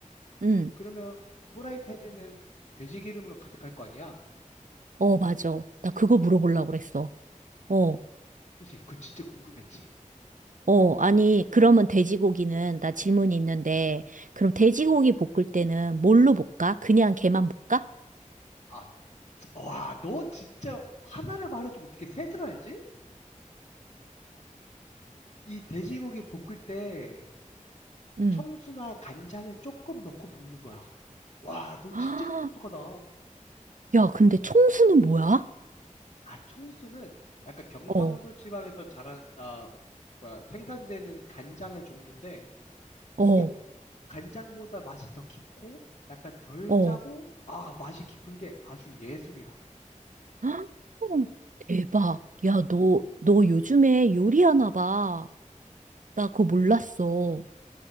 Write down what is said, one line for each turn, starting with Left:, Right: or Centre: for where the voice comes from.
Right: 음.
Left: 그러면 후라이팬에는 돼지 기름으로 가득할 거 아니야.
Right: 어, 맞아. 나 그거 물어보려고 그랬어. 어.
Left: 그지? 그거 진짜 궁금했지.
Right: 어, 아니, 그러면 돼지고기는, 나 질문이 있는데, 그럼 돼지고기 볶을 때는 뭘로 볶아? 그냥 걔만 볶아?
Left: 아, 와, 너 진짜 하나를 말해주면 어떻게 셋을 알지? 이 돼지고기 볶을 때
Right: 응.
Left: 청수나 간장을 조금 넣고 볶는 거야. 와, 너
Right: 아,
Left: 진짜 똑똑하다.
Right: 야, 근데 청수는 뭐야?
Left: 아, 청수는 약간 경상도
Right: 어,
Left: 지방에서 자란, 아, 뭐야, 생산되는 간장의 종류인데,
Right: 어,
Left: 이게 간장보다 맛이 더 깊고, 약간 덜
Right: 어.
Left: 짜고, 아, 맛이 깊은 게 아주 예술이야.
Right: <gasps> 아, 대박. 야, 너, 너 요즘에 요리하나 봐. 나 그거 몰랐어.
Left: 어,